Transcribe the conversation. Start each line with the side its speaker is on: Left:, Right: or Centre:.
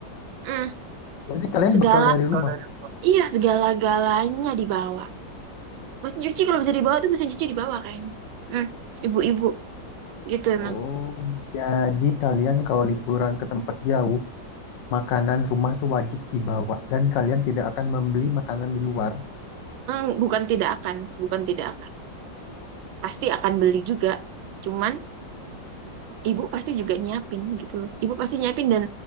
Right: Hmm,
Left: jadi kalian
Right: segala
Left: bekal dari rumah.
Right: iya segala-galanya dibawa mesin cuci kalau bisa dibawa tuh mesin cuci dibawa kayaknya Hmm, ibu-ibu gitu emang
Left: Oh, jadi kalian kalau liburan ke tempat jauh, makanan rumah itu wajib dibawa dan kalian tidak akan membeli makanan di luar.
Right: Hmm, bukan tidak akan bukan tidak akan pasti akan beli juga cuman ibu pasti juga nyiapin gitu loh. Ibu pasti nyiapin dan